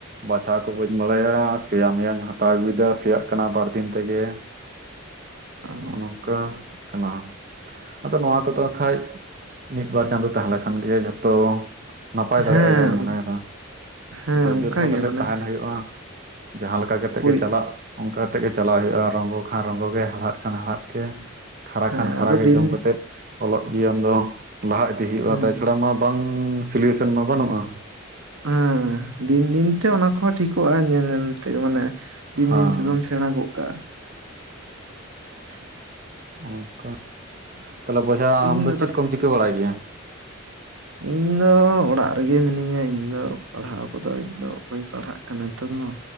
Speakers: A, on the right; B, on the right.
A: ᱵᱟᱪᱷᱟᱣ ᱠᱚ ᱵᱟᱹᱧ ᱵᱟᱲᱟᱭᱟ ᱥᱮᱭᱟ ᱢᱮᱭᱟᱧ ᱦᱟᱛᱟᱣ ᱟᱹᱜᱩᱭᱮᱫᱟ ᱥᱮᱭᱟᱜ ᱠᱟᱱᱟ ᱵᱟᱨ ᱫᱤᱱ ᱛᱮᱜᱮ
B: ᱚ
A: ᱱᱚᱜ ᱱᱚᱝᱠᱟ ᱠᱟᱱᱟ ᱟᱫᱚ ᱱᱚᱣᱟ ᱠᱚᱫᱚ ᱵᱟ ᱠᱷᱟᱡ ᱢᱤᱫ ᱵᱟᱨ ᱪᱟᱸᱫᱳ ᱛᱟᱦᱞᱮᱸ ᱠᱷᱟᱱ ᱜᱮ ᱡᱷᱚᱛᱚ ᱱᱟᱯᱟᱭ ᱫᱟᱲᱮᱭᱟᱜ-ᱟ
B: ᱦᱮᱸ
A: ᱡᱟᱧ ᱢᱚᱱᱮᱭᱮᱫᱟ
B: ᱦᱮᱸ
A: ᱫᱷᱳᱨᱡᱚ
B: ᱚᱱᱠᱟ
A: ᱫᱚᱦᱚ
B: ᱜᱮ
A: ᱠᱟᱛᱮᱫ
B: ᱢᱟᱱᱮ
A: ᱛᱟᱦᱮᱱ ᱦᱩᱭᱩᱜ-ᱟ᱾ ᱡᱟᱦᱟᱸ ᱞᱮᱠᱟ ᱠᱟᱛᱮᱜ
B: ᱯᱳᱭ
A: ᱜᱮ ᱪᱟᱞᱟᱜ ᱚᱱᱠᱟ ᱠᱟᱛᱮᱜ ᱜᱮ ᱪᱟᱞᱟᱜ ᱦᱩᱭᱩᱜ-ᱟ ᱨᱚᱝᱜᱚ ᱠᱷᱟᱱ ᱨᱚᱝᱜᱚ ᱜᱮ᱾ ᱦᱟᱲᱦᱟᱫ ᱠᱷᱟᱱ ᱦᱟᱲᱦᱟᱫ ᱜᱮ ᱠᱷᱟᱨᱟ
B: ᱦᱮᱸ
A: ᱠᱷᱟᱱ ᱠᱷᱟᱨᱟᱜᱮ
B: ᱟᱫᱚ ᱫᱤᱱ
A: ᱡᱚᱢ ᱠᱟᱛᱮᱫ ᱚᱞᱚᱜ ᱡᱤᱭᱚᱱ ᱫᱚ ᱞᱟᱦᱟ ᱤᱫᱤ ᱦᱩᱭᱩᱜ-ᱟ
B: ᱦᱩᱸ
A: ᱛᱟᱪᱷᱟᱲᱟ ᱢᱟ ᱵᱟᱝ ᱥᱳᱞᱤᱭᱮᱥᱚᱱ ᱢᱟ ᱵᱟᱹᱱᱩᱜ-ᱟ᱾
B: ᱦᱮᱸ ᱫᱤᱱ ᱫᱤᱱ ᱛᱮ ᱚᱱᱟ ᱠᱚᱦᱚᱸ ᱴᱷᱤᱠᱚᱜ-ᱟ ᱧᱮᱞ ᱧᱮᱞ ᱛᱮ ᱢᱟᱱᱮ ᱫᱤᱱ
A: ᱦᱮᱸ
B: ᱫᱤᱱ ᱛᱮᱫᱚᱢ ᱥᱮᱬᱟ ᱜᱚᱜ ᱠᱟᱜ-ᱟ᱾ <inaudible>
A: ᱚᱱᱠᱟ ᱛᱟᱦᱚᱞᱮ ᱵᱚᱭᱦᱟ
B: ᱛᱤᱦᱤᱧ
A: ᱟᱢᱫᱚ
B: ᱫᱚ
A: ᱪᱮᱫ ᱠᱚᱢ ᱪᱤᱠᱟᱹ ᱵᱟᱲᱟᱭ ᱜᱮᱭᱟ᱾
B: ᱤᱧᱫᱚ ᱚᱲᱟᱜ ᱨᱮᱜᱮ ᱢᱤᱱᱟᱹᱧᱟ ᱤᱧᱫᱚ ᱯᱟᱲᱦᱟᱣ ᱠᱚᱫᱚ ᱤᱧᱫᱚ ᱵᱟᱹᱧ ᱯᱟᱲᱦᱟᱜ ᱠᱟᱱᱟ ᱱᱤᱛᱚᱝ ᱫᱚ᱾